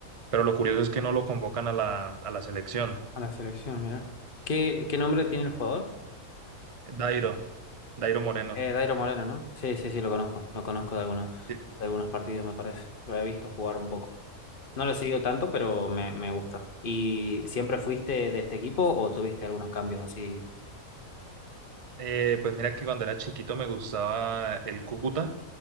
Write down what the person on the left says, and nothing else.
a la selección, mira. ¿Qué, qué nombre tiene el jugador?
Eh, Dairo Moreno, ¿no? Sí, sí, sí, lo conozco. Lo conozco de algunos,
de algunos partidos, me parece. Lo he visto jugar un poco. No lo he seguido tanto, pero me, me gusta. ¿Y siempre fuiste de este equipo o tuviste algunos cambios así?